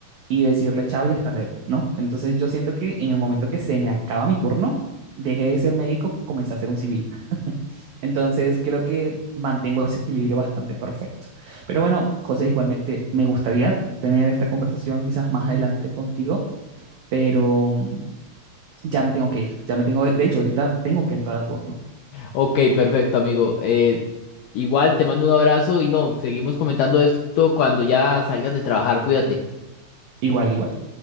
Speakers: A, on the right; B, on the left.
A: y decirle chao y hasta luego, ¿no? Entonces yo siento que en el momento que se me acaba mi turno, dejé de ser médico, comencé a ser un civil. <laughs> Entonces creo que mantengo ese equilibrio bastante perfecto. Pero bueno, José, igualmente me gustaría tener esta conversación quizás más adelante contigo, pero mm, ya me tengo que ir, ya me tengo, de hecho, ahorita tengo que entrar a turno.
B: Ok, perfecto, amigo. Eh, igual te mando un abrazo y no, seguimos comentando esto cuando ya salgas de trabajar. Cuídate.
A: Igual, igual.